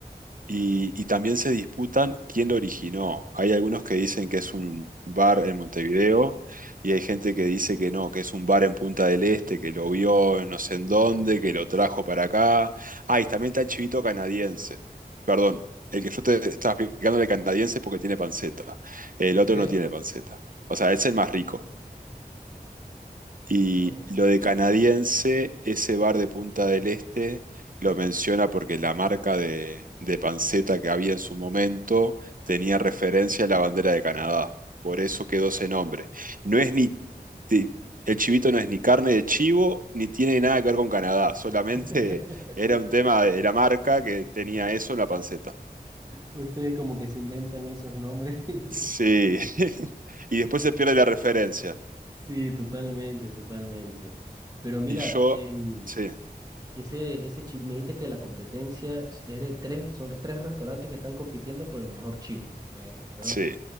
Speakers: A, on the right; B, on the right.
A: y, y también se disputan quién lo originó. Hay algunos que dicen que es un bar en Montevideo y hay gente que dice que no, que es un bar en Punta del Este, que lo vio en no sé en dónde, que lo trajo para acá. Ah, y también está el chivito canadiense. Perdón, el que yo te estaba explicando era el canadiense porque tiene panceta. El
B: Ok,
A: otro no tiene panceta. O sea, es el más rico. Y
B: ok.
A: lo de canadiense, ese bar de Punta del Este lo menciona porque la marca de, de panceta que había en su momento tenía referencia a la bandera de Canadá. Por eso quedó ese nombre. No es ni, ti- el chivito no es ni carne de chivo, ni tiene nada que ver con Canadá. Solamente
B: <laughs>
A: <laughs> era un tema de la marca que tenía eso en la panceta.
B: Ustedes como que se inventan esos nombres. <laughs>
A: Sí. <laughs> Y después se pierde la referencia.
B: Sí, totalmente, totalmente. Pero mira,
A: Y yo,
B: em,
A: sí,
B: ese, ese chivo, me dijiste que la competencia es de tres, son tres restaurantes que están compitiendo por el mejor chivo, eh, ¿verdad?
A: sí,